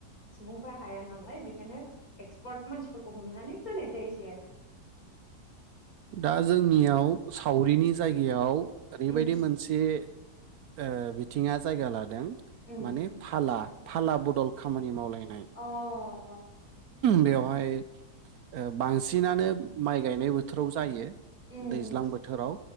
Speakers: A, on the left (about 60°); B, on the right (about 70°).
A: सुबुंफ्रा हाया नालाय बेखायनो एक्सपार्ट मानसिफोरखौ हमनानै होनाय जायोसै आरो।
B: दा जोंनियाव सावरिनि जायगायाव ओरैबायदि
A: उम
B: मोनसे ओ बि थिङा जायगा लादों।
A: उम
B: माने
A: उम
B: फाला बा फाला ब'दल खामानि मावलायनाय
A: अ अ ।
B: बेवहाय ओ बांसिनानो माइ गायनाय बो थोराव जायो
A: उम
B: दैज्लां
A: उम
B: बोथोराव